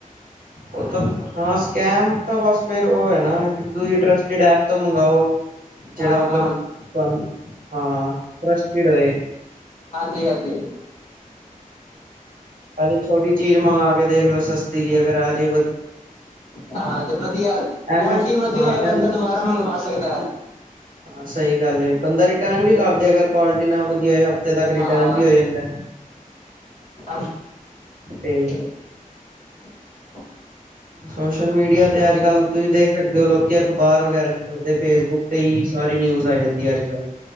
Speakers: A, on the right; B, on the left.
A: ਔ ਤਾਂ, ਹਾਂ ਸਕੈਮ ਤਾਂ, ਬਸ ਫੇਰ ਉਹ ਹੈ ਨਾ, ਕੀ ਤੁ ਇੰਟਰੇਸਟਿਡ ਐਪ, ਤੋਂ ਮੰਗਵਾਓ। ਜਿਹੜਾ
B: ਹਾਂ
A: ਮਤਲਬ,
B: ਹਾਂਜੀ
A: ਤੁਹਾਨੂੰ ਹਾ, ਤਰਸਟਿਡ ਹੋਏ।
B: ਹਾਂਜੀ ਹਾਂਜੀ
A: ਪਹਿਲੇ ਛੋਟੀ ਚੀਜ਼ ਮੰਗਾ ਕੇ ਦੇਖ ਲੋ, ਸਸਤੀ ਜੀ, ਅਗਰ ਆ ਜਾਏ
B: ਹਾਂ ਤੇ ਵਧੀਆ,
A: ਐਮਾ
B: ਕੁਆਲਿਟੀ ਵਧੀਆ
A: ਹਾਂ
B: ਹੋਏ, ਬੰਦਾ
A: ਐਮ
B: ਦੁਬਾਰਾ ਮੰਗਵਾ ਸਕਦਾ ਐ।
A: ਹਾਂ ਸਹੀ ਗੱਲ ਏ, ਬੰਦਾ ਰਿਟਰਨ ਵੀ ਕਰਦੇ, ਅਗਰ ਕੁਆਲਿਟੀ ਨਾ ਵਧੀਆ ਇਥੇ ਤੱਕ ਰਿਟਰਨ
B: ਹਾਂ
A: ਵੀ ਹੋ ਜਾਂਦਾ।
B: ਅ
A: ਤੇ
B: <unintelligible>
A: ਸੋਸ਼ਲ ਮੀਡੀਆ ਤੇ ਅੱਜ ਕੱਲ ਤੁਸੀਂ ਦੇਖ ਸਕਦੇ ਹੋ, ਲੋਕੀ ਅਖ਼ਬਾਰ ਵਗੈਰਾ ਨੀ ਪੜਦੇ ਫੇਸਬੁੱਕ ਤੇ ਹੀ ਸਾਰੀ ਨਿਊਜ਼ ਆ ਜਾਂਦੀ ਹੈ ਅੱਜ ਕੱਲ੍ਹ